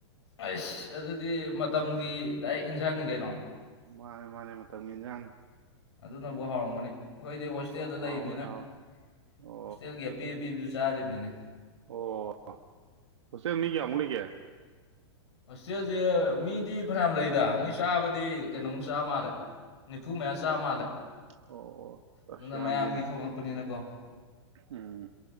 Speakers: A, on the left; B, on the right.
A: ꯑꯁ ꯑꯗꯨꯗꯤ ꯃꯇꯝꯒꯤ ꯗꯥꯏꯔꯦꯛ ꯌꯦꯟꯁꯥꯡꯅꯤ ꯀꯩꯅꯣ
B: ꯃꯥꯅꯦ ꯃꯥꯅꯦ ꯃꯇꯝ ꯃꯤꯒꯤ ꯏꯟꯖꯥꯡꯅꯤ
A: ꯑꯗꯨꯅ ꯐꯥꯎꯔꯝꯒꯅꯤ ꯑꯩꯈꯣꯏꯗꯤ ꯍꯣꯁꯇꯦꯜꯗ
B: ꯍꯥꯎꯋꯦ
A: ꯂꯩꯕꯅꯤꯅ
B: ꯍꯥꯎꯋꯦ
A: ꯍꯣꯁꯇꯦꯜꯒꯤ
B: ꯑꯣ
A: ꯑꯄꯤ ꯑꯄꯤꯕꯗꯨꯁꯨ ꯆꯥꯔꯤꯕꯅꯤꯅꯦ
B: ꯑꯣ ꯍꯁꯦꯜ ꯃꯤ ꯀꯌꯥꯃꯨꯛ ꯂꯩꯒꯦ
A: ꯍꯣꯁꯇꯦꯜꯁꯦ ꯃꯤꯗꯤ ꯐꯅꯌꯥꯝ ꯂꯩꯗ ꯃꯣꯏ ꯆꯥꯕꯗꯤ ꯀꯩꯅꯣꯃꯨꯛ ꯆꯥ ꯃꯥꯜꯂꯦ ꯅꯤꯐꯨ ꯃꯌꯥ ꯆꯥ ꯃꯥꯜꯂꯦ
B: ꯑꯣ ꯑꯁ
A: ꯑꯗꯨꯅ
B: ꯌꯥꯝꯁꯤꯦꯅꯦ
A: ꯃꯌꯥꯝꯒꯤ ꯊꯣꯡꯉꯛꯄꯅꯤꯅꯀꯣ
B: ꯎꯝ